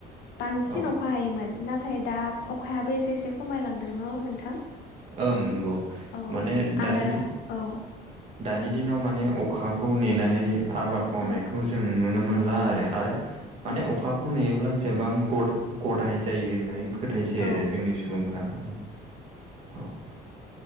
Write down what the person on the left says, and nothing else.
बांसिन
अखा हायोमोन नाथाय दा अखायाबो एसे एसे खमायलांदों न' नोंथां?
औ
आरो
औ
ओं
औ
औ